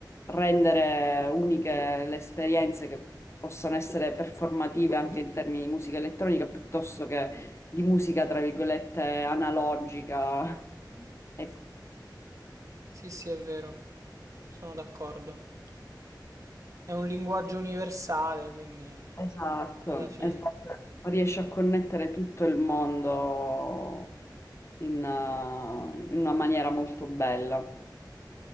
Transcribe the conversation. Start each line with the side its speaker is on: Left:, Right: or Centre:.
Left: rendere uniche le esperienze che possono essere performative anche in termini di musica elettronica piuttosto che di musica, tra virgolette, analogica. E
Right: Sì, sì, è vero, sono d'accordo. È un linguaggio universale, quindi
Left: Esatto,
Right: alla fine
Left: esatto. Riesce a connettere tutto il mondo in, eh, in una maniera molto bella.